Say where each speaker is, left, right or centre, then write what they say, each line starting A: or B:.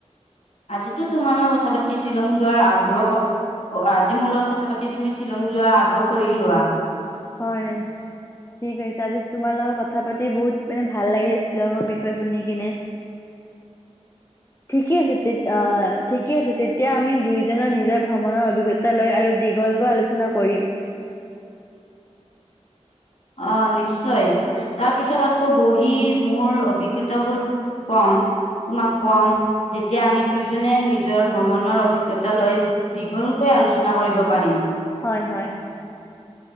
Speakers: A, on the left; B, on the left.
A: আজিতো তোমাৰ লগত কথা পাতি শ্বিলং যোৱাৰ আগ্ৰহ আজি মূলত কথা পাতি তুমি শ্বিলং যোৱাৰ আগ্ৰহ কৰি লোৱা।
B: হয় ঠিক কৈছা আজি তোমাৰ লগত ক'ত কথা কথা পাতি বহুত মানে ভাল লাগিলে শ্বিলঙৰ বিষয়ে শুনি কিনে, ঠিকে আছে আহ ঠিকে আছে তেতিয়া আমি দুয়োজনৰ নিজৰ ভ্ৰমণৰ অভিজ্ঞতা লৈ আৰু দীঘলকৈ আলোচনা কৰিম
A: অ নিশ্চয় তাৰ পিছত আকৌ বহি মোৰ অভিজ্ঞতাবোৰ কম তোমাক কম যেতিয়া
B: অ
A: আমি দুয়োজনে নি নিজৰ ভ্ৰমণৰ অভিজ্ঞতা লৈ দীঘলকৈ আলোচনা কৰিব পাৰিম।
B: হয় হয়